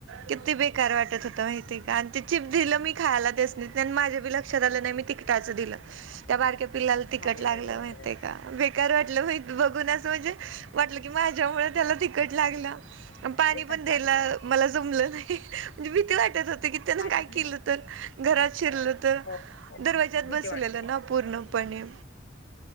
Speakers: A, on the right (about 85°); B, on the left (about 75°).
A: किती बेकार वाटत होता माहितीय का आणि ते चिप दिलं मी खायला त्यासणी. माझ्या बी लक्षात आलं नाही मी तिकिटाचं दिलं त्या बारक्या पिल्लाला तिकीट
B: अरे
A: लागलं माहििते का. बेकार वाटलं हो बघून असं म्हणजे वाटलं की माझ्यामुळ त्याला तिक तिकट लागला पाणी
B: तिखट
A: पण द्यायला
B: लागलं
A: मला जमलं नाही म्हणजे भिती वाटत होती की. त्यान
B: आणि
A: काय केलं तर घरात शिरलं तर
B: हो हो
A: दरवाज्यात
B: भीती
A: बसलेलं
B: वाटते
A: ना. पूर्णपणे.